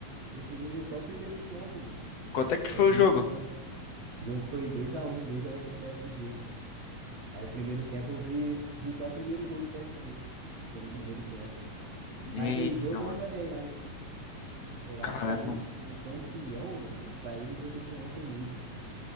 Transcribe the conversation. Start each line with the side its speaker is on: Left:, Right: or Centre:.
Right: Eu cheguei a ver só o primeiro tempo, mano.
Left: Quanto
Right: Vi
Left: é que
Right: só
Left: foi
Right: o primeiro
Left: o jogo?
Right: tempo. O jogo foi dois a um dois a um pro PSG. Aí o primeiro tempo eu vi, vi só o primeiro gol do PSG. Foi no primeiro tempo.
Left: Eita,
Right: Mas aí, jogão
Left: mano.
Right: também, mas eu
Left: Caramba.
Right: acho que a vit- o campeão, mano, saiu do jogo de ontem mesmo.